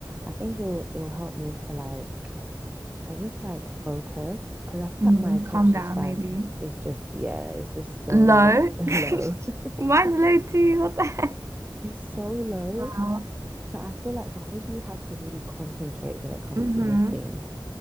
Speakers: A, on the right; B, on the right.
A: I think it'll it'll help me to like I guess like focus because I feel
B: Mm,
A: like my attention
B: calm down,
A: span
B: maybe.
A: is just yeah, it's just so
B: Low?
A: <laughs> low.
B: <laughs>
A: <laughs>
B: Mine's low too. What the heck?
A: It's so low.
B: Wow.
A: So I feel like because you have to really concentrate when it comes
B: hmm
A: to knitting,